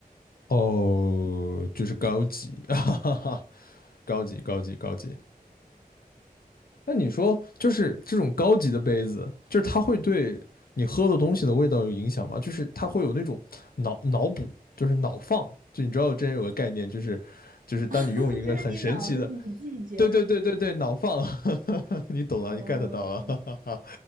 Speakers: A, on the left; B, on the right.
A: 哦，就是高级，<laughs> 哈哈哈，高级，高级，高级。那你说，就是这种高级的杯子，就是它会对你喝的东西的味道有影响吗？就是它会有那种脑脑补，就是脑放，就你知道之前有个概念，就是就是当你用一个很神奇的，
B: <laughs> 就是你脑子你自己觉得，
A: 对对对对对，脑放，<laughs> 你懂了，
B: 嗯，
A: 你 get 到了，<laughs> 哈哈哈。